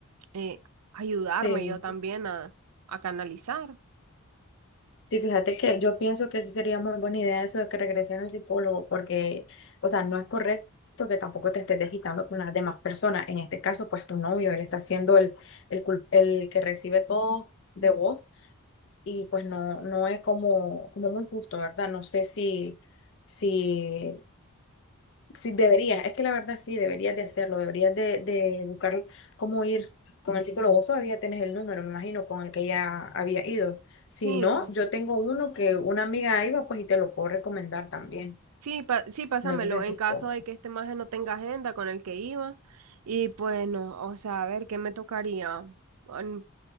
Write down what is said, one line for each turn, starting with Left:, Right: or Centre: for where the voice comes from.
Right: eh, ayudarme
Left: Sí.
Right: yo también a, a canalizar.
Left: Sí, fíjate que yo pienso que sí sería muy buena idea eso de que regreses al psicólogo, porque, o sea, no es correcto que tampoco te estés desquitando con las demás personas. En este caso, pues tu novio, él está siendo el, el, cul- el que recibe todo de vos y pues no, no es como, como muy justo, ¿verdad? No sé si, si Sí, deberías, es que la verdad sí, deberías de hacerlo, deberías de, de buscar cómo ir con el psicólogo. Vos todavía tenés el número, me imagino, con el que ya había ido. Si
Right: Sí,
Left: no, yo tengo uno que una amiga iba, pues y te lo puedo recomendar también.
Right: sí, pa- sí, pásamelo
Left: No te sentís
Right: en caso
Left: cómodo.
Right: de que este maje no tenga agenda con el que iba y pues no, o sea, a ver, ¿qué me tocaría? mm,